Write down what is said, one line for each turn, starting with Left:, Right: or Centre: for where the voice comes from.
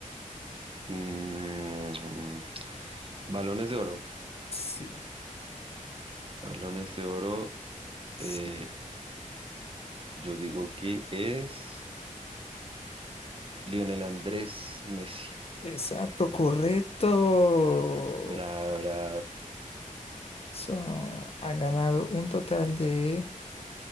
Right: Mm, balones de oro.
Left: Sí,
Right: Balones de oro.
Left: sí,
Right: eh, yo digo que es Lionel Andrés Messi.
Left: exacto, correcto.
Right: Habrá
Left: So, ha ganado un total de...